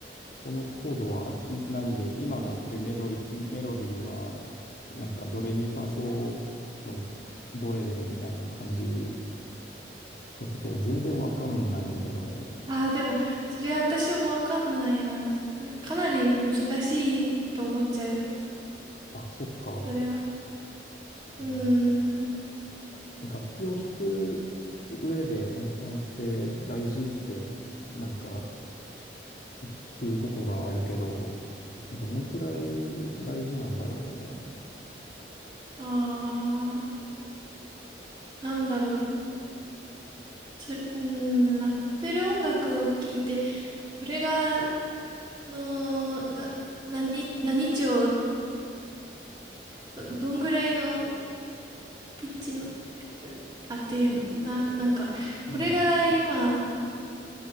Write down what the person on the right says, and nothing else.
ああ、でも、それは私もわかんないな。かなり難しいと思っちゃうよ。
それは。
うーん。
ああ。なんだろう。それ、うーん、鳴ってる音楽を聞いて、これが、の、が、何、何調、ど、どんぐらいのピッチの、あ、っていうの、な、なんか、これが今、